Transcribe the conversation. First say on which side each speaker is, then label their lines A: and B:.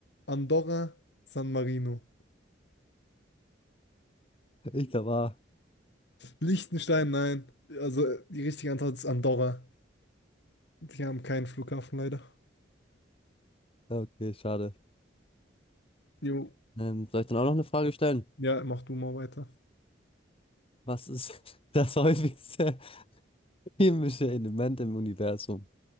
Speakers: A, on the left; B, on the left.
A: Andorra, San Marino.
B: Ich glaube, ah,
A: Liechtenstein, nein. Also äh, die richtige Antwort ist Andorra. Wir haben keinen Flughafen leider.
B: ja, okay, schade.
A: Jo.
B: Ähm, soll ich dann auch noch eine Frage stellen?
A: Ja, mach du mal weiter.
B: Was ist <laughs> das häufigste chemische Element im Universum?